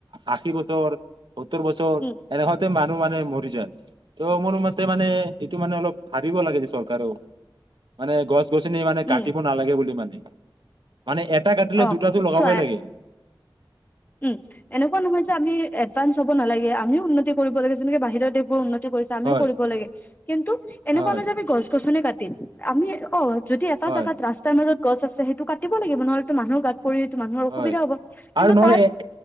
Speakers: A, on the right; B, on the left.
A: আশি বছৰ সত্তৰ বছৰ,
B: উম
A: এনেকুৱাতে ম নুহ মানে মৰি যায়, ত মোৰ মতে মানে এইটো মানে অলপ ভাবিব লাহে যে চৰকাৰক, মানে গছ গছনি মানে
B: উম
A: কাটিব নালাগে বুলি মানে মানে এটা কাটিলে
B: অ
A: দুটাতো লগাবই
B: চোৱা
A: লাগে। <inaudible>
B: উম এনেকুৱা নহয় যে। আমি এডভান্স হ'ব নালাগে আমিও উন্নতি কৰিব লাগে যেনেকে বাহিৰৰ দেশবোৰ উন্নত, উন্নতি কৰিছে আমিও
A: হয়
B: কৰিব লাগে কিন্তু এনেকুৱা
A: হয়
B: নহয় যে আমি গছ গছনি কাটি - আমি অ- যদি এটা
A: হয়
B: জাগাত ৰাস্তাৰ মাজত। গছ আছে সেইটো কাটিব লাগিব নহ'লেতো মানুহ গাত- পৰি তো মানুহৰ অসুবিধা
A: হয়
B: হ'ব কিন্তু
A: আৰু নহ'লে
B: তাৰ।
A: এ এ